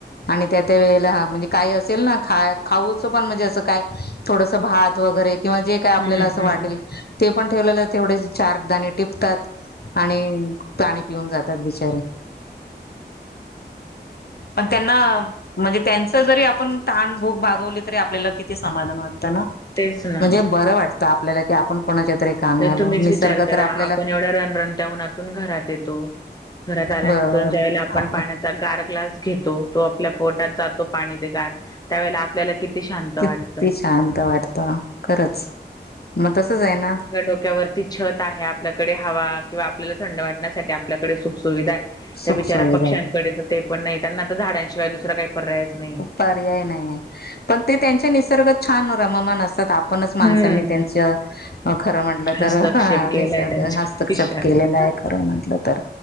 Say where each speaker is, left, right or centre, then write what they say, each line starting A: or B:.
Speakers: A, on the left; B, on the left.
A: आणि त्या त्या वेळेला म्हणजे काही असेल ना खा खाऊचं पण म्हणजे असं काय थोडस भात वगैरे किंवा जे काय आपल्याला
B: हम्म
A: असं
B: हम्म
A: वाटेल ते पण ठेवलेलं तेवढे चारदाणे टिपतात आणि पाणी पिऊन जातात बिचारे पण त्यांना म्हणजे त्यांच जरी आपण ताण भूक भागवली तरी आपल्याला किती समाधान वाटतं ना
B: तेच ना.
A: म्हणजे बरं वाटतं आपल्याला की आपण कोणाच्या तरी कामी
B: तर
A: आलो
B: तुम्हीच
A: निसर्ग
B: विचार करा
A: तर आपल्याला
B: आपण एवढ्या रनरनट्या उन्हातून घरात येतो घरात आल्यानंतर
A: बरोबर
B: ज्या वेळेला आपण
A: आप
B: पाण्याचा गार ग्लास घेतो तो आपल्या पोटात जातो पाणी ते गार त्यावेळेला आपल्याला किती शांत
A: किती
B: वाटतं.
A: शांत वाटत खरंच मग तसंच आहे ना!
B: डोक्या वरती छत आहे आपल्याकडे हवा किंवा आपल्याला थंड वाटण्यासाठी आपल्याकडे सुख सुुविधा आहे.
A: सुख
B: त्या बिचाऱ्या
A: सुविधा
B: पक्ष्यांकडे
A: आहे
B: तर ते पण नाही त्यांना आता झाडांशिवाय दुसरं काही पर्यायच नाही.
A: पर्याय नाही आहे पण ते त्यांच्या निसर्गात छान रममान अस आपणच माणसांनी
B: हम्म
A: त्यांच खरं म्हटलं तर
B: हस्तक्षेप केलाय
A: निसर्ग
B: त्यांच्या
A: हस्तक्षेप
B: आयुष्यात
A: के आहे खरं म्हटलं तर